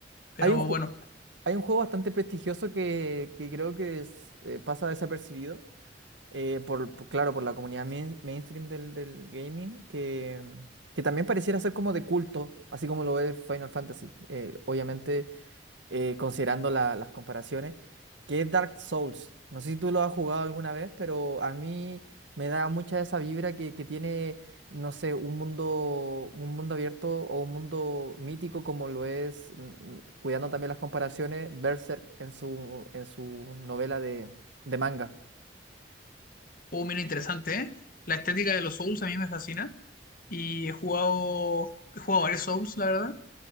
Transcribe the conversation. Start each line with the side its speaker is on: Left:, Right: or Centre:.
Left: Pero
Right: Hay un, ju-
Left: bueno,
Right: hay un juego bastante prestigioso que, que creo que es, eh, pasa desapercibido, eh, por, por- claro, por la comunidad main- mainstream del, del gaming, que, que también pareciera ser como de culto, así como lo es Final Fantasy. Eh, obviamente eh, considerando la- las comparaciones, que es Dark Souls. No sé si tú lo has jugado alguna vez, pero a mí me da mucha esa vibra que, que tiene, no sé, un mundo, un mundo abierto o un mundo mítico como lo es, mm, mm, cuidando también las comparaciones, Berserk en su, en su novela de, de manga.
Left: Oh, mira, interesante, ¿eh? La estética de los Souls a mí me fascina. Y he jugado, he jugado varios Souls, la verdad.